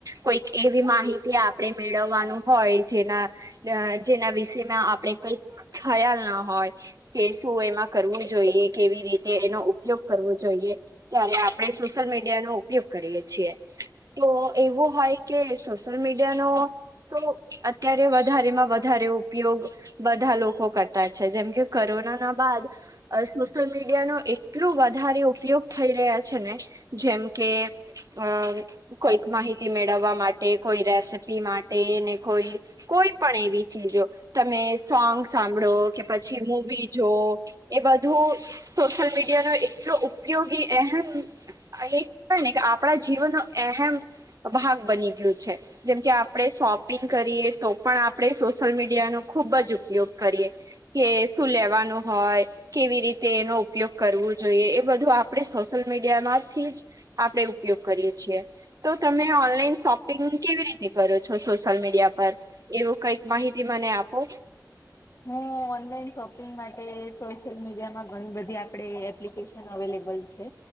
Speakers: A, on the right (about 55°); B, on the left (about 40°).
A: કોઈ. એવી માહિતી આપણે મેળવવાનું હોય જેના જેના વિષમાં આપણે. કઈ ખયાલ ના હોય. કે શું એમાં કરવું જોઈએ કેવી રીતે એનો ઉપયોગ કરવો જોઈએ. ત્યારે આપડણે સોશિયલ મીડિયા નો ઉપયોગ કરીએે છીએ. તો એવું હોય કે સોશિયલ મીડિયા નો. તો અત્યારે વધારેમાં વધારે ઉપયોગ. બધા લોકો કરતા છે, જેમ કે કોરોના ના બાદ. અ સોશિયલ મીડિયા નો એટલોું વધારે ઉપયોગ થઈ રહ્યા છે, ને. જેમ કે અમ. કોઈક માહિતી મેળવવા માટે કોઈ રેસીપી માટે ને કોઈ. કોઈ પણ એવી ચીજો તમે. સોંગ સાંભળો કે પછી મવી જો એ બધું. સોશિયલ મીડિયા નો એટલો ઉપયોગી <unintelligible> એહેવાય ને કે આપડા જીવન ન અહેમ ભાગ બની <unintelligible> છે. જેમકે આપણે શોપિંગ કરીએ તો પણ આપડણે સોશિયલ મીડિયાનોો ખુબ જ. <unintelligible> ઉપયોગ કરીએ કે શું લેવાનું હોય. કેવી રીતે એનો ઉપયોગ કરવો જોઈએ એ બધું આપણે સોશિલ મીડિયામાંથી જ. આપણેે ઉપયોગ કરીએ છીએ. તો તમે ઓનલાઈન શોપિંગ કેવી રીતે કરો છો સોશિયલ મીડિયા પર. એવું કઈક માહિતી મને આપો.
B: હું ઓનલાઈન શોપિંગ માટે સોશિયલ મીડિયામાં ઘણી બધી <unintelligible> એપ્લિકેશન અવેલેબલ છે.